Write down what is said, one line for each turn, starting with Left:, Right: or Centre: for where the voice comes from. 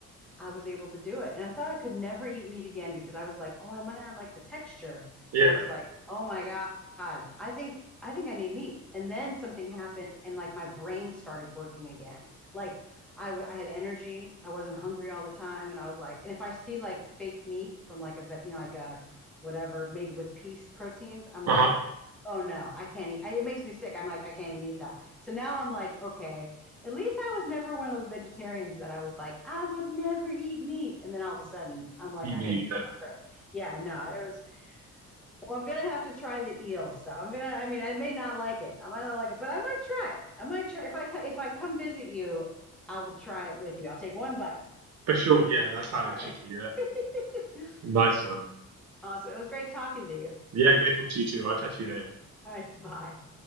Centre: I was able to do it. And I thought I could never eat meat again because I was like, oh, I might not like the texture.
Right: Yeah.
Centre: And I was like, oh my God, I think I think I need meat. And then something happened and like my brain started working again. Like I, w- I had energy. I wasn't hungry all the time. And I was like, and if I see like fake meat from like a, you know, like a whatever made with peace proteins, I'm like,
Right: Uh huh.
Centre: oh no, I can't eat. I, it makes me sick. I'm like, I can't even eat that. So now I'm like, okay, at least I was never one of those vegetarians that I was like, I would never eat meat. And then all of a sudden, I'm like
Right: You
Centre: a
Right: mean
Centre: hip-
Right: yeah.
Centre: hypocrite. Yeah, no, it was, well, I'm going to have to try the eel stuff. I'm going to, I mean, I may not like it. I might not like it, but I might try it. I might try, if I, if I come visit you, I will try it with you. I'll take one bite.
Right: For sure. Yeah, that's how it
Centre: All right.
Right: should be. Yeah.
Centre: <laughs> all
Right: Nice
Centre: right.
Right: one.
Centre: Awesome. It was great talking to you.
Right: Yeah, great talk to you too. I'll chat to you later.
Centre: All right. Bye.